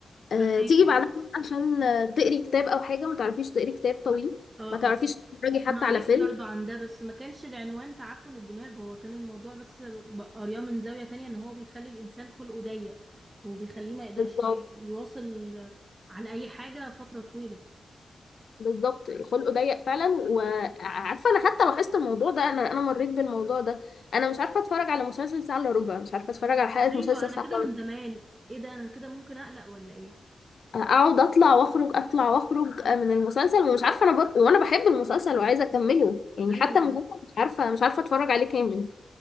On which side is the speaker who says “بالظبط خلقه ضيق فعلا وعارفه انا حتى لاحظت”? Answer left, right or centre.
Left